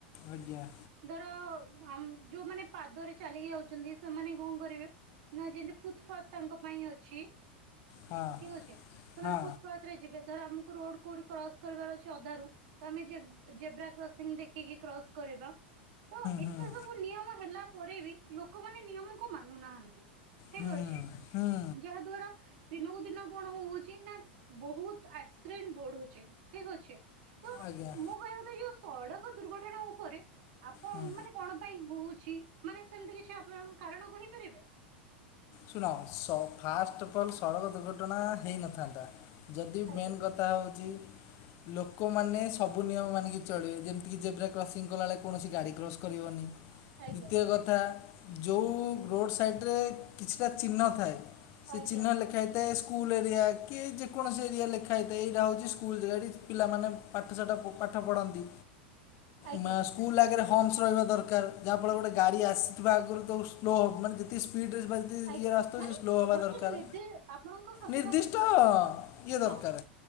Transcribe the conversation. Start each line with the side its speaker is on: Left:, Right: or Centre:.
Left: ଆଜ୍ଞା।
Right: ଧର ଆ ମ ଯୋଉମାନେ ପାଦରେ ଚାଲିକି ଯାଉଛନ୍ତି ସେମାନେ କଣ କରିବେ? ନା ଯେମିତି ଫୁତଫାତ୍ ତାଙ୍କ ପାଇଁ ଅଛି
Left: ହଁ
Right: ଠିକ ଅଛି ସେମାନେ
Left: ହଁ
Right: ଫୁତଫାତ୍। ରେ ଯିବେ ଧର ଆମକୁ ରୋଡ କୋଉଠି କ୍ରସ କରିବାର ଅଛି ଅଧାରୁ ତ ଆମେ ଜେ ଜେବ୍ରା କ୍ରସିଂ ଦେଖି ଦେଖିକି କ୍ରସ୍ କରିବା ତ ଏତେ
Left: ହୁଁ
Right: ସ
Left: ହୁଁ
Right: ସବୁ ନିୟମ ହେଲା ପରେ ବି ଲୋକମାନେ ନିୟମକୁ ମାନୁନାହାନ୍ତି। ଠିକ
Left: ହୁଁ
Right: ଅଛି
Left: ହୁଁ
Right: ଯାହା ଦ୍ଵାରା। ଦିନକୁ ଦିନ କଣ ହଉଛି ନା ବହୁତ ଆକ୍ସିଡେଣ୍ଟ ବଢୁଛି ଠିକ ଅଛି ତ
Left: ଆଜ୍ଞା।
Right: ମୋ କହିବା କଥା ଯୋଉ ସଡକ ଦୁର୍ଘଟଣା ଉପରେ ଆପ
Left: ହଁ।
Right: କଣ ପାଇଁ ହଉଛି ମାନେ ସେମିତି କିଛି ଆପଣ କାରଣ କହିପାରିବେ।
Left: ଶୁଣ ସ ଫାଷ୍ଟ ଅଫ୍ ଅଲ୍ ସଡ଼କ ଦୁର୍ଘଟଣା ହେଇନଥାନ୍ତା ଯଦି
Right: ଆଜ୍ଞା
Left: ମେନ୍ ଗ ଥା ହେଉଛି ଲୋକମାନେ ସବୁ ନିୟମ ମାନିକି ଚଳିବେ ଯେମିତି କି ଜେବ୍ରା କ୍ରସିଂ କଲାବେଳେ କୌଣସି ଗାଡ଼ି କ୍ରଶ କରିବନି।
Right: ଆଜ୍ଞା
Left: ଦ୍ଵିତୀୟ କଥା ଯୋଉଁ ରୋଡ଼ ସାଇଡ଼ରେ କିଛିଟା ଚିହ୍ନ ଥାଏ ସେ
Right: ଆଜ୍ଞା
Left: ଚିହ୍ନ ଲେଖା ହେଇଥାଏ ସ୍କୁଲ୍ ଏରିଆ କି ଯେକୌଣସି ଏରିଆ ଲେଖା ହେଇଥାଏ ଏଇଟା ହେଉଛି ସ୍କୁଲ ଜାଗାଟି ପିଲାମାନେ ପାଠଶାଠ ପାଠ ପଢ଼ନ୍ତି
Right: ଆଜ୍ଞା
Left: ମା ସ୍କୁଲ୍ ଆଗରେ ହମ୍ସ ରହିବା ଦରକାର ଯାହାଫଳରେ ଗୋଟେ ଗାଡ଼ି ଆସିଥିବା ଆଗରୁ ତ ସ୍ଲୋ ହେବ ମାନେ ଯେତିି ସ୍ପିଡ଼୍ରେ ରେ ଯିବା ଇ
Right: ଆଜ୍ଞା
Left: ରାସ୍ତା
Right: ମାନେ
Left: ସେ ସ୍ଲୋ ହବା
Right: ଗୋଟେ
Left: ଦରକାର
Right: ନିର୍ଦ୍ଦି ଆପଣଙ୍କ କହିବା
Left: ନିର୍ଦ୍ଦିଷ୍ଟ
Right: କଥା
Left: ଇଏ ଦରକାର।
Right: ହଁ